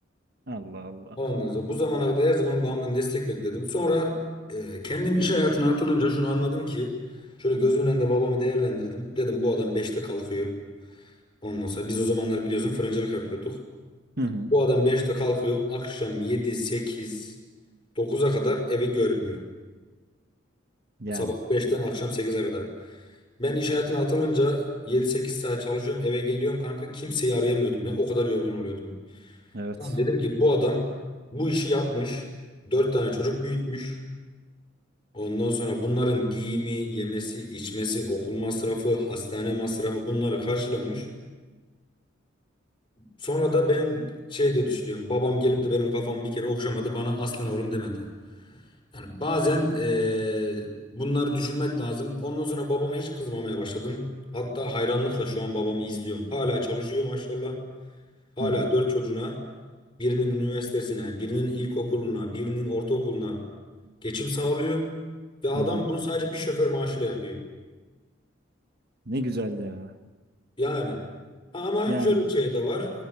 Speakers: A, on the right; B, on the left.
A: Allah Allah.
B: Ondan sonra bu zamana kadar her zaman babamdan destek bekledim. Sonra e, kendim iş hayatına atılınca şunu anladım ki şöyle gözümün önünde babamı değerlendirdim. Dedim bu adam beşte kalkıyor. Ondan sonra biz o zamanlar biliyorsun fırıncılık yapıyorduk.
A: Hı hı.
B: Bu adam beşte kalkıyor. Akşam 7 8 dokuza kadar evi görmüyor.
A: Yani
B: Sabah beşten akşam sekize kadar. Ben iş hayatına atılınca yedi sekiz saat çalışıyorum eve geliyorum kanka. Kimseyi arayamıyordum ya. O kadar yorgun oluyordum.
A: evet.
B: Lan dedim ki bu adam bu işi yapmış. dört tane çocuk büyütmüş. Ondan sonra bunların giyimi, yemesi, içmesi, okul masrafı, hastane masrafı bunları karşılamış. Sonra da ben şey diye düşünüyorum. Babam gelip de benim kafamı bir kere okşamadı, bana aslan oğlum demedi. Yani bazen eee, bunları düşünmek lazım. Ondan sonra babama hiç kızmamaya başladım. Hatta hayranlıkla şu an babamı izliyorum. Hala çalışıyor maşallah. Hala
A: Hı hı.
B: dört çocuğuna, birinin üniversitesine, birinin ilkokuluna, birinin ortaokuluna geçim sağlıyor. Ve adam
A: Hı hı.
B: bunu sadece bir şoför maaşıyla yapıyor.
A: Ne güzel ya.
B: Yani. Ha, ama
A: Yani
B: şöyle bir şey de var.